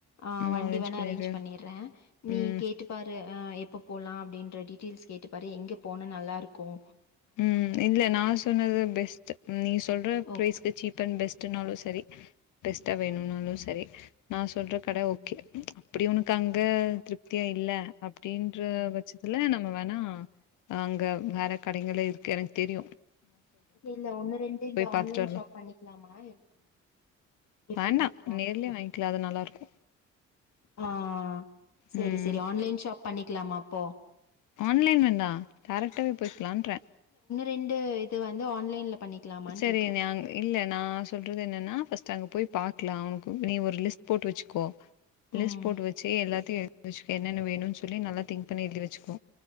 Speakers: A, on the left (about 60°); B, on the left (about 85°).
A: ஆஹ்
B: ம்
A: வண்டி வேணா
B: பண்ணிரு
A: அரேஞ்ச் பண்ணிறேன் நீ
B: ம்
A: கேட்டு பாரு எப்போ போலாம் அப்டின்ற டீடெயில்சு கேட்டுபாறு எங்க போனா நல்லா இருக்கும்
B: ம் இல்ல நான் சொன்னது பெஸ்ட் நீ சொல்ற
A: ஓ
B: ப்ரைஸ்க்கு சீப்பன்ட் பெஸ்ட்னாலும் சரி பெஸ்ட்டா வேணும்னாலு சரி நான் சொல்ற கடை
A: ம்
B: ஓகே அப்படி உனக்கு அங்க அங்க திருப்தியா இல்ல அப்டின்ற
A: ம்
B: பட்சத்துல நம்ம ஆனா அங்க வேர கடைங்களே இருக்கு எனக்கு தெரியும்
A: இல்ல ஒன்னு ரெண்டு இந்த ஆன்லைன்
B: பாத்துட்டு வரலா
A: ஷாப் பண்ணிக்கலாமா என்ன எப்படி
B: வேண்டா
A: பாக்கலாம்
B: நேர்லயே வாங்கிக்கலா அது நல்லாருக்கு
A: ஆஹ் சரி
B: ம்
A: சரி ஆன்லைன் ஷாப் பண்ணிக்கலாமா போ
B: ஆன்லைன் வேண்டாம் டைரக்டாவே போய்க்கலான்றே
A: ரெண்டு இது வந்து ஆன்லைன்ல பண்ணிக்கலாமான்னு
B: சரி
A: கேக்குறே.
B: நான் இல்ல நான் சொல்றது என்னன்னா பர்ஸ்ட் அங்க போய் பாக்கலாம் உனக்கு நீ ஒரு லிஸ்ட் போட்டு வச்சுக்கோ
A: ம்.
B: லிஸ்ட் போட்டு வச்சு எல்லாத்தையும் வச்சுக்க என்ன வேணுனு சொல்லி நல்லா திங்க் பண்ணி எழதி வச்சுக்கோ